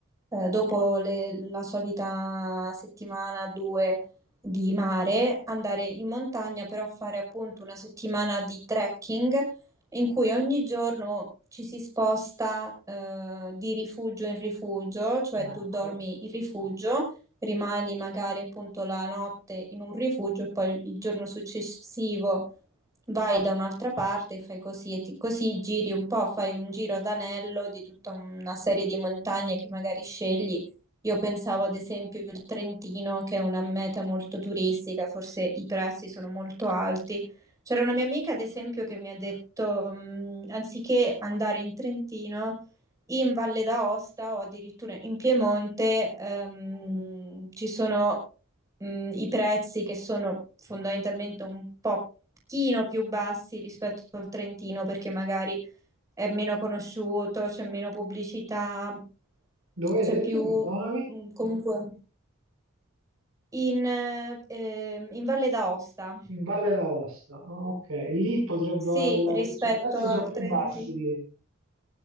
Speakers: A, on the right; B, on the right.
A: eh, dopo le- la solita settimana due di mare, andare in montagna, però fare appunto una settimana di trekking in cui ogni giorno ci si sposta, eh, di rifugio in rifugio, cioè tu
B: Ecco.
A: dormi in rifugio rimani magari appunto la notte in un rifugio e poi il il giorno successivo vai da un'altra parte e fai così e ti- così giri un po', fai un giro ad anello di tutta una serie di montagne che magari scegli. Io pensavo ad esempio il Trentino, che è una meta molto turistica, forse i prezzi sono molto alti. C'era una mia amica, ad esempio, che mi ha detto, mh, anziché andare in Trentino, in Valle d'Aosta o addirittura in Piemonte ehm, ci sono mh, i prezzi che sono fondamentalmente un po' pochino più bassi rispetto al Trentino perché magari è meno conosciuto, c'è meno pubblicità,
B: Dove hai
A: c'è
B: detto,
A: più
B: perdonami?
A: mh, comunque in, eh, ehm, in Valle d'Aosta,
B: in Valle d'Aosta. Ah, ok, lì potrebbe
A: sì,
B: valere la
A: rispetto
B: cioè, i prezzi
A: al
B: sono più
A: Trentino.
B: bassi lì.